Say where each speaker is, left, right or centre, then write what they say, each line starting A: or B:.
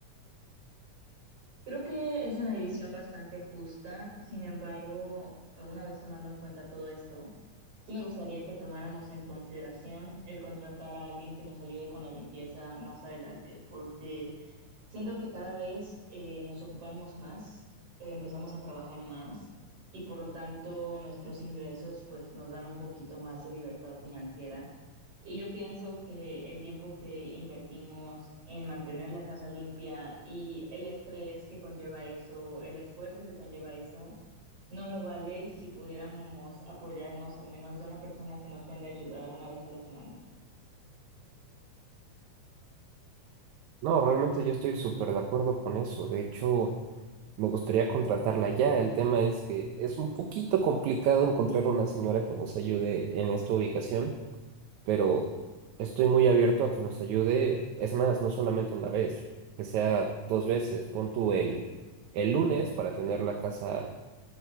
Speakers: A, on the right; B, on the right.
A: Creo que es una división bastante justa, sin embargo, una vez tomando en cuenta todo esto, sí me gustaría que tomáramos en consideración el contratar a alguien que nos ayude con la limpieza más adelante, porque Siento que cada vez eh, nos ocupamos más, eh, empezamos a trabajar más y por lo tanto nuestros ingresos pues nos dan un poquito más de libertad financiera. Y yo pienso que el tiempo que invertimos en mantener la casa limpia y el estrés que conlleva eso, el esfuerzo que conlleva eso, no lo vale si pudiéramos apoyarnos al menos de una persona que nos venga a ayudar una vez a la semana.
B: No, realmente yo estoy súper de acuerdo con eso. De hecho, me gustaría contratarla ya. El tema es que es un poquito complicado encontrar una señora que nos ayude en esta ubicación, pero estoy muy abierto a que nos ayude. Es más, no solamente una vez, que sea dos veces. Pon tú el el lunes para tener la casa